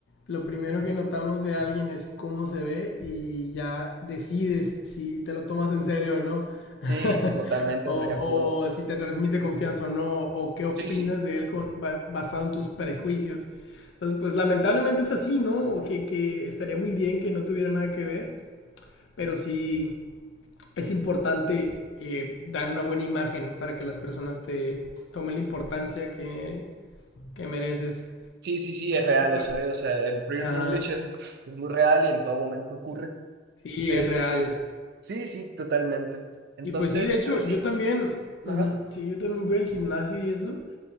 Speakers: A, on the left (about 70°); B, on the right (about 60°).
A: lo primero que notamos de alguien es cómo se ve y ya decides si te lo tomas en serio o no, <laughs>
B: sí, sí, totalmente,
A: o,
B: por ejemplo.
A: o si te transmite confianza o no, o qué opinas
B: Sí, sí.
A: de él con- ba- basado en tus prejuicios. Entonces, pues lamentablemente es así, ¿no? Que, que estaría muy bien que no tuviera nada que ver, pero sí, es importante eh, dar una buena imagen para que las personas te tomen la importancia que, que mereces.
B: Sí, sí, sí, es real
A: Pues,
B: eso, ¿eh? O sea, el privilege
A: ajá,
B: privilege es, es muy real y en todo momento ocurre.
A: sí,
B: Este,
A: es real.
B: sí, sí, totalmente. Entonces,
A: Y pues sí, de hecho,
B: así,
A: yo también,
B: ajá,
A: uh -huh, sí, yo también voy al gimnasio y eso.